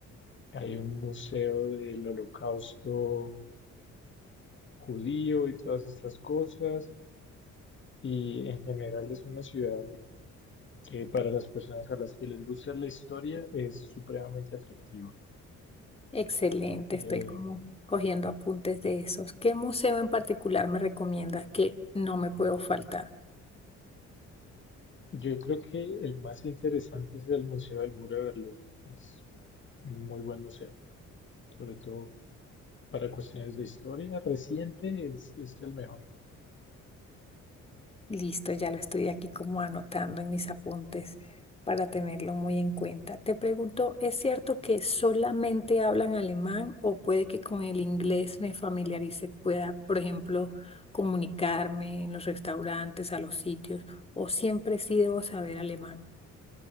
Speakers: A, on the left; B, on the left.
A: hay un museo del holocausto judío y todas estas cosas, y en general es una ciudad que para las personas a las que les gusta la historia es supremamente atractiva.
B: Excelente,
A: Eh,
B: estoy como cogiendo apuntes de esos. ¿Qué museo en particular me recomiendas que no me puedo faltar?
A: yo creo que el más interesante es el Museo del Muro de Berlín, es un muy buen museo, sobre todo para cuestiones de historia reciente es, es el mejor.
B: Listo, ya lo estoy aquí como anotando en mis apuntes para tenerlo muy en cuenta. Te pregunto, ¿es cierto que solamente hablan alemán o puede que con el inglés me familiarice, pueda, por ejemplo, comunicarme en los restaurantes, a los sitios, o siempre sí debo saber alemán?